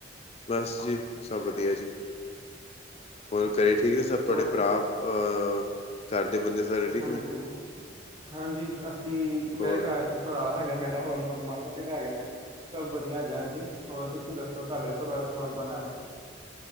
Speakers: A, on the left; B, on the right.
A: ਬਸ ਜੀ ਸਭ ਵਧੀਆ ਜੀ। ਹੋਰ
B: ਹੂੰ
A: ਘਰੇ ਠੀਕ ਨੇ? ਸਭ ਤੁਹਾਡੇ
B: ਹੋਰ
A: ਭਰਾ ਅਹ ਘਰ ਦੇ ਬੰਦੇ ਸਾਰੇ ਠੀਕ
B: ਹਾਂਜੀ
A: ਨੇ?
B: ਹਾਂਜੀ, ਅਸੀਂ
A: ਹੋਰ
B: ਮੇਰੇ ਘਰ 'ਚ ਭਰਾ ਹੈਗਾ ਮੇਰਾ, ਹੋਰ ਮ ਮਾਤਾ ਪਿਤਾ ਹੈਗੇ ਨੇ, ਸਭ ਵਧੀਆ ਹੈਗਾ ਜੀ ਹੋਰ ਤੁਸੀਂ ਦੱਸੋ ਤੁਹਾਡੇ ਘਰ ਚ ਕੌਣ ਕੌਣ ਆ?